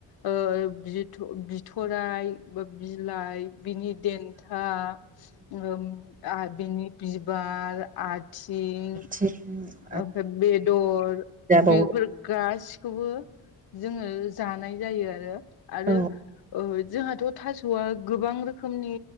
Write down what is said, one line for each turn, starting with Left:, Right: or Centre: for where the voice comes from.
Left: ओ बिथ' बिथ'राय बा बिलाइ बिनि देन्था ओ आ बिनि बिबार आथिं
Right: <unintelligible>
Left: ओफ्राय बेद'र
Right: जाबावो
Left: बि फोर गासिखौबो जोङो जानाय जायो आरो आरो
Right: औ
Left: ओ जोंहाथ' थास'आ गोबां रोखोमनि